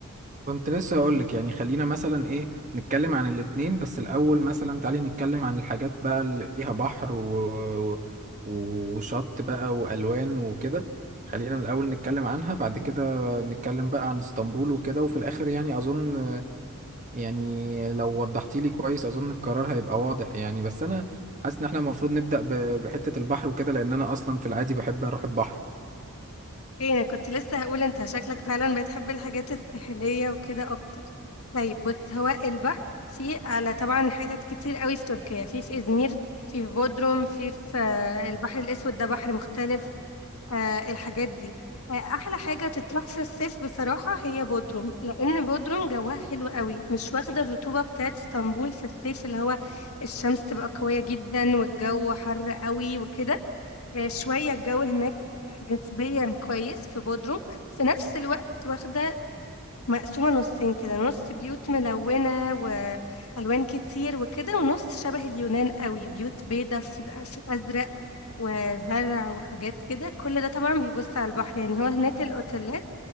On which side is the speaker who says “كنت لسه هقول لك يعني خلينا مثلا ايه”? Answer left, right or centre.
Right